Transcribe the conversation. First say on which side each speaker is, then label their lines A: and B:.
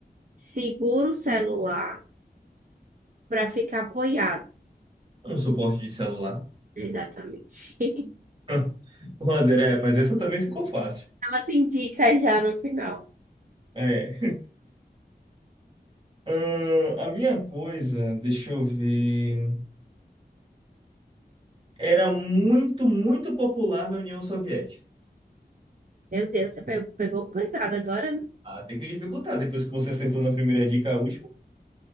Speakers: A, on the right (about 50°); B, on the right (about 30°).
A: segura o celular para ficar apoiado.
B: um suporte de celular.
A: Exatamente. <laughs>
B: <laughs> Um a zero é, mas essa também ficou fácil.
A: Ela se indica já no final.
B: É. Ahn, a minha coisa, deixa eu ver. Era muito, muito popular na União Soviética.
A: Meu Deus, você pegou, pegou pesado agora. viu?
B: Ah, tem que dificultar depois que você acertou na primeira dica, a última.